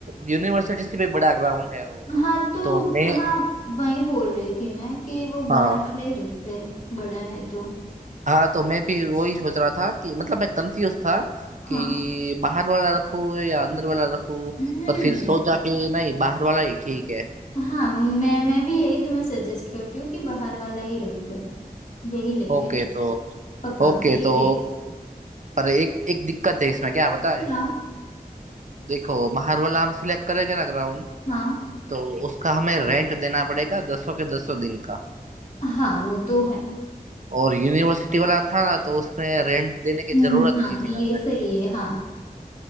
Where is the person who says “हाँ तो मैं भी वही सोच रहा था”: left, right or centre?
Right